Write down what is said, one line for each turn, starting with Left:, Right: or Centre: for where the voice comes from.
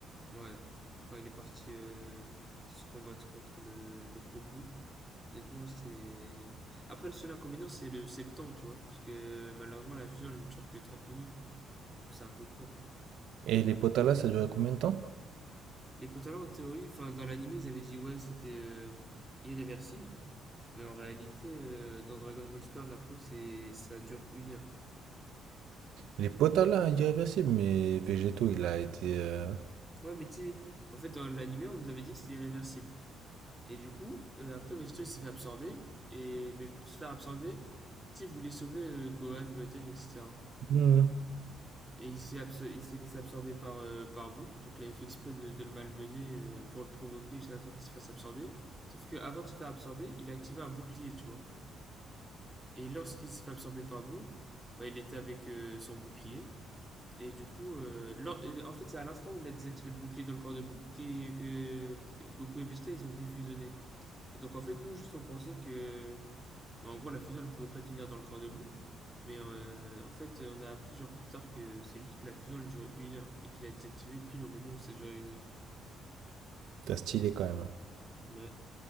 Centre: ouais. Quand il est parti euh, se combattre contre le, le gros bout. Honnêtement, c'est. Après, le seul inconvénient, c'est le, c'est le temps, tu vois. Parce que malheureusement, la fusion, elle ne dure que 30 minutes. Du coup, c'est un peu court.
Right: Et les Potala, ça a duré combien de temps?
Centre: Les potalons, en théorie, enfin, dans l'anime, ils avaient dit ouais, que c'était euh, irréversible. Mais en réalité, euh, dans Dragon Ball Super, on apprend que c'est, ça dure une heure.
Right: Les Potala irréversibles, mais Végéto, il a été, heu,
Centre: Ouais, mais tu sais, en fait, dans l'anime, on nous avait dit que c'était irréversible. Et du coup, euh, après, Vegito, il s'est fait absorber. Et... Mais pour se faire absorber, tu sais, il voulait sauver euh, Gohan, Goten, etc.
Right: mmh,
Centre: Et il s'est abso- il s'est laissé absorber par, euh, par Boo. Donc là, il fait exprès de, de le malmener euh, pour le provoquer jusqu'à temps qu'il se fasse absorber. Sauf qu'avant de se faire absorber, il a activé un bouclier, tu vois. Et lorsqu'il s'est fait absorber par Boo, bah, il était avec euh, son bouclier. Et du coup, euh, lor- et en fait, c'est à l'instant où il a désactivé le bouclier dans le corps de Boo que Goku et Vegeta, ils ont défusionné. Et donc en fait, nous, juste on pensait que bah, en gros, la fusion, elle pouvait pas tenir dans le corps debout. Mais euh, en fait, on a appris genre plus tard que c'est juste que la fusion, elle durait une heure et qu'il a désactivé pile au moment où ça durait une heure.
Right: c'était stylé quand même, hein.
Centre: Ouais,